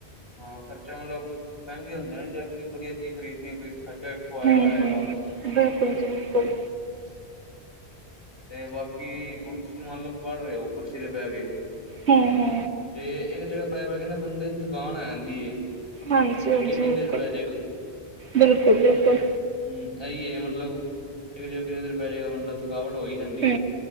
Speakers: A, on the left; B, on the right.
A: ਹਾਂ ਖਰਚਾ ਮਤਲਬ ਮਹਿੰਗੇ ਹੁੰਦੇ ਨੇ ਜਾਦ ਕੋਈ ਵਧੀਆ ਚੀਜ਼ ਖਰੀਦਣੀ ਕੋਈ ਤਾਂ ਖਰਚਾ। ਵੇਖੋ ਆਏਗਾ
B: ਹੂ
A: ਆਏਗਾ
B: ਹੂ ਬਿਲਕੁਲ ਜੀ ਬਿਲਕੁਲ ‌
A: ਤੇ ਬਾਕੀ ਹੁਣ ਤੁਸੀਂ ਮੰਨਲਓ ਪੜ ਰਹੇ ਹੋ ਕੁਰਸੀ ਤੇ ਬਹਿ ਕੇ
B: ਹੂ ਹੂ
A: ਤੇ ਇੱਕ ਜਗ੍ਹਾ ਬੈ ਬਹਿ ਕੇ ਨਾ ਬੰਦੇ ਨੂੰ ਥਕਾਨ ਆ ਜਾਂਦੀ ਏ।
B: ਹਾਂਜੀ
A: ਬਈ
B: ਹਾਂਜੀ
A: ਕਿੰਨੀ ਦੇਰ
B: ਬਿਲਕੁਲ
A: ਬਹਿ
B: ਬਿਲਕੁਲ ਬਿਲਕੁਲ।
A: ਹਮ ਇਹੀ ਹੈ ਮਤਲਬ ਇੱਕ ਜਗਾਹ ਕਿੰਨੀ ਦੇਰ ਬਹਿ ਜਾਏਗਾ ਬੰਦਾ ਥਕਾਵਟ ਹੋ ਹੀ ਜਾ।
B: ਹੂ